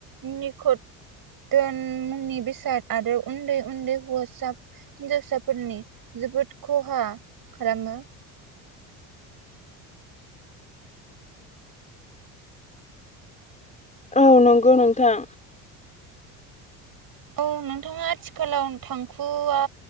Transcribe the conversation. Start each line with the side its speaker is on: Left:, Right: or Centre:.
Right: निखन मुंनि बेसाद आरो उन्दै उन्दै हौवासा हिनजावसाफोरनि जोबोद खहा खालामो
Left: औ नंगौ नोंथां
Right: औ नोंथाङा आथिखालाव थांखुआ